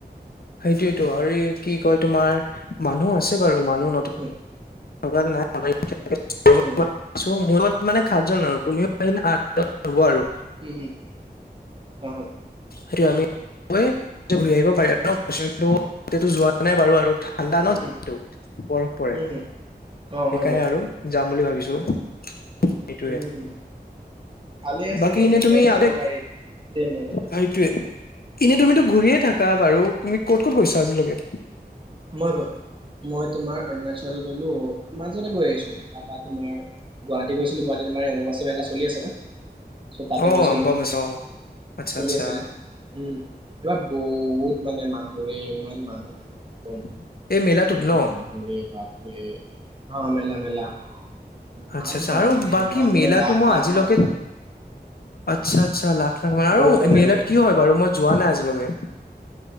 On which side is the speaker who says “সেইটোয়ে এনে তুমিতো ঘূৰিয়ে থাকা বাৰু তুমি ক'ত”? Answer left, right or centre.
Left